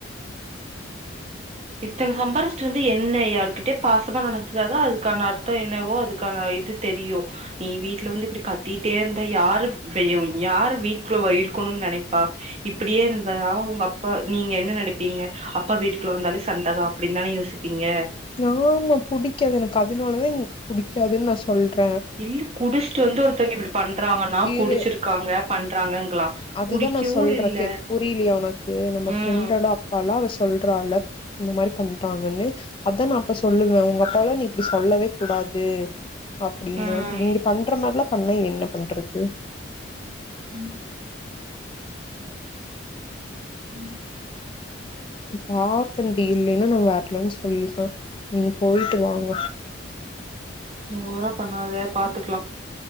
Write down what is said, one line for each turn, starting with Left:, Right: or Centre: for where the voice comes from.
Right: இத்தன சம்பாரிச்சுட்டு வந்து என்ன யாருக்கிட்டயா பாசமா நடந்துட்டாதா அதுக்கான அர்த்த என்னவோ அதுக்கான இது தெரியு நீ வீட்டு்ல வந்து இப்டி கத்திட்டே இருந்தா யாரு இதயு யாரு வீட்டுக்குள்ள வ இருக்கன்னு நெனைப்பா இப்டியே இருந்தா உங்க அப்பா நீங்க என்ன நினைப்பீங்க அப்பா வீட்டுக்குள்ள வந்தாலே சண்டதா அப்டின்னு தான யோசிப்பீங்க
Left: ஆமா புடிக்காது எனக்கு அதுனாலதா எனக்கு புடிக்காதுன்னு நா சொல்ற
Right: டெய்லி குடிச்சுட்டு வந்து ஒருத்தவங்க இப்டி பண்றாங்கன்னா
Left: இரு
Right: குடிச்சிருக்காங்க பண்றாங்கங்களா
Left: அதுதா
Right: குடிக்கவு
Left: நா சொல்ற
Right: இல்ல
Left: கே புரியலையா உனக்கு நம்ம
Right: ம்
Left: ஃப்ரெண்டோட அப்பால்லா அவ சொல்றால இந்த மாரி பண்றாங்கன்னு அதா நா அப்ப சொல்லுவ உங்க அப்பால்லா நீ இப்டி சொல்லவே கூடாது அப்டின்னா
Right: ம்
Left: இப்ப இங்க பண்ற மாரில்லா பண்ணா என்ன பண்றது
Right: ம் ம்
Left: பாக்குறண்டி இல்லேன்னா நா வரல்லன்னு சொல்லிர நீங்க போய்ட்டு வாங்க
Right: ஓவரா பண்ணாத பாத்துக்கலா